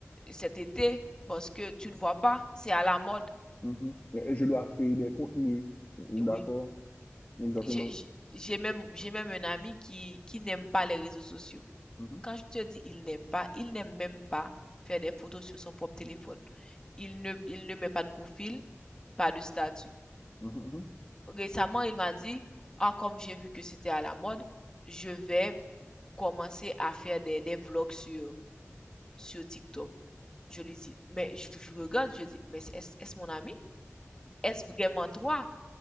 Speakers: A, on the left; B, on the left.
A: cet été parce que tu ne vois pas, c'est à la mode.
B: Mhm. Euh, Je dois créer des contenus. D'accord?
A: Oui.
B: Exactement.
A: J'ai j'ai- j'ai même, j'ai même un ami qui, qui n'aime pas les réseaux sociaux.
B: Mhm.
A: Quand je te dis il n'aime pas, il n'aime même pas faire des photos sur son propre téléphone. Il ne, il ne met pas de profil, pas de statut.
B: Mhm, mhm.
A: Récemment, il m'a dit, ah, comme j'ai vu que c'était à la mode, je vais commencer à faire des, des vlogs sur, sur TikTok. Je lui dis, mais je, je regarde, je dis, mais est-ce est-ce mon ami? Est-ce vraiment toi?